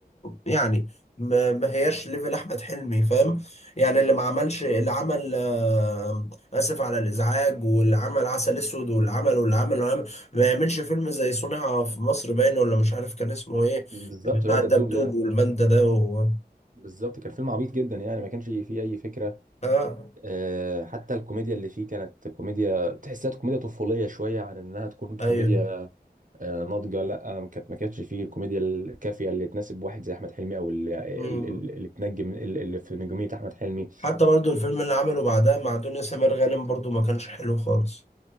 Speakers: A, on the left; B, on the right.
A: يعني ما ما هياش ليفل أحمد حلمي فاهم يعني اللي ما عملش اللي عمل آه، آسف على الإزعاج واللي عمل عسل أسود واللي عمل واللي عمل واللي عمل ما يعملش فيلم زي صنع في مصر باين ولا مش عارف كان اسمه إيه
B: بالظبط
A: بتاع
B: اللي هو دبدوب
A: الدبدوب
B: ده
A: والمندة ده و...
B: بالظبط كان فيلم عبيط جدا يعني ما كانش فيه اي فكره
A: آه
B: آه حتى الكوميديا اللي فيه كانت كوميديا تحسها كوميديا طفوليه شويه عن انها تكون كوميديا
A: أيوه
B: آه ناضجه لا ما كانت ما كانتش فيه الكوميديا الكافيه اللي تناسب واحد زي احمد حلمي او اللي,
A: مم.
B: اللي, اللي تنجم اللي في نجوميه احمد حلمي
A: حتى برضو الفيلم اللي عمله بعدها مع دنيا سمير غانم برضو ما كانش حلو خالص